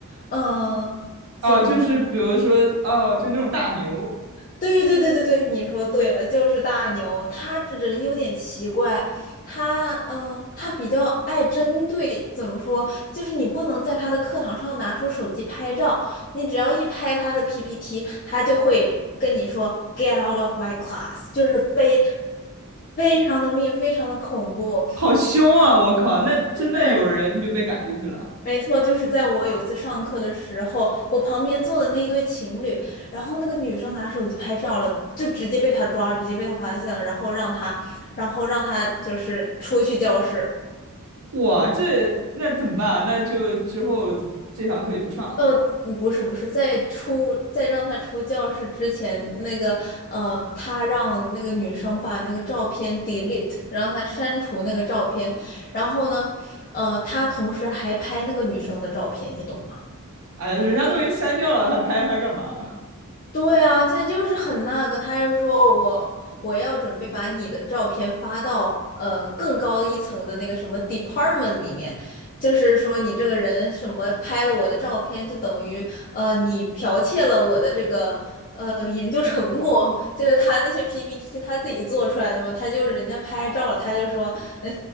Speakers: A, on the left; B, on the right.
A: 嗯、怎么？
B: 哦，就是比如说，哦，就那种大牛，
A: 对对对对对，你说对了，就是大牛，他这人有点奇怪，他嗯、呃他比较爱针对，怎么说，就是你不能在他的课堂上拿出手机拍照，你只要一拍他的 PPT，他就会跟你说 "Get out of my class"，就是非常非常的密，非常的恐怖。
B: 好凶啊！我靠，那真的有人就被赶出去了。
A: 就是。没错，就是在我有一次上课的时候，我旁边坐的那一对情侣，然后那个女生拿手机拍照了，就直接被他抓了直接被他发现了，然后让他，然后让他就是出去教室。
B: 哇，这那怎么办？那就之后这堂课就不上了。
A: 呃，嗯不是不是，在出在让他出教室之前，那个呃，他让那个女生把那个照片 delete，让他删除那个照片，然后呢，呃，他同时还拍那个女生的照片，你懂吗？
B: 哎呀，人家都已经删掉了，他拍他干嘛？
A: 对啊，他就是很那个，他就说哦我我要准备把你的照片发到呃更高一层的那个什么 department 里面，就是说你这个人什么拍了我的照片，就等于呃你剽窃了我的这个呃研究成果，就是他那些 PPT 他自己做出来的嘛，他就是人家拍照了他就说 <laughs>